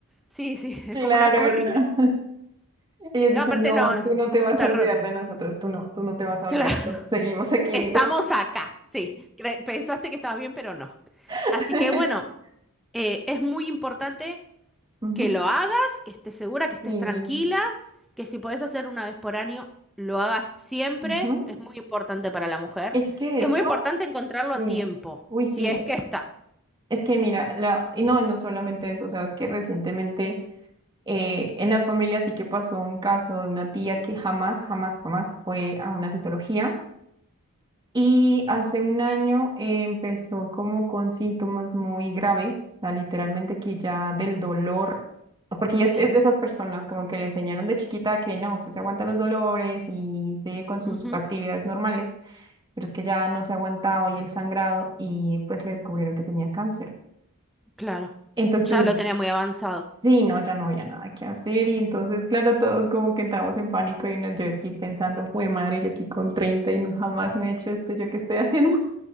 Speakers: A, in the centre; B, on the right.
A: Sí, sí, <laughs> es
B: claro,
A: como una corrida.
B: no. Ellos
A: No,
B: dicen,
A: aparte
B: no,
A: no,
B: tú no
A: como
B: te vas
A: un terror.
B: a olvidar de nosotros, tú no, tú no te vas a
A: Claro.
B: olvidar, nosotros seguimos aquí
A: Estamos
B: vivos.
A: acá, sí. Cre- Pensaste que estabas bien, pero no.
B: <laughs>
A: Así que bueno, eh, es muy importante
B: Ujú,
A: que lo hagas, que estés segura,
B: Sí,
A: que estés tranquila, que si podés hacer una vez por año, lo hagas siempre.
B: ujú.
A: Es muy importante para la mujer.
B: Es que de
A: Y
B: hecho,
A: es muy importante encontrarlo
B: sí,
A: a tiempo,
B: uy,
A: si
B: sí,
A: es
B: es,
A: que está.
B: es que mira, la, y no, no solamente eso, o sea, es que recientemente eh, en la familia sí que pasó un caso de una tía que jamás, jamás, jamás fue a una citología. Y hace un año eh, empezó como con síntomas muy graves, o sea, literalmente que ya del dolor, porque ella
A: Sí.
B: es, es de esas personas como que le enseñaron de chiquita que no, usted se aguanta los dolores y sigue con sus
A: Ujú,
B: actividades normales, pero es que ya no se aguantaba y el sangrado y pues le descubrieron que tenía cáncer.
A: Claro.
B: Entonces,
A: Ya lo tenía muy avanzado.
B: sí, no, ya no había nada que hacer y entonces, claro, todos como que entramos en pánico y no, yo aquí pensando, fue madre, yo aquí con 30 y no jamás me he hecho esto, ¿yo qué estoy haciendo?